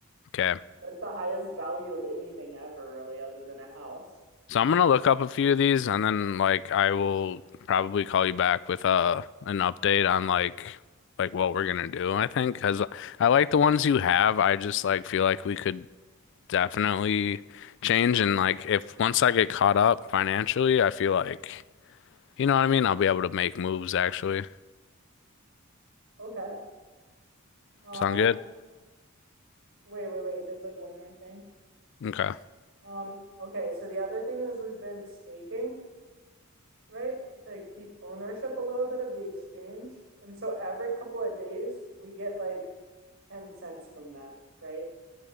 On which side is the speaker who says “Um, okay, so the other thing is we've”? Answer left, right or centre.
Right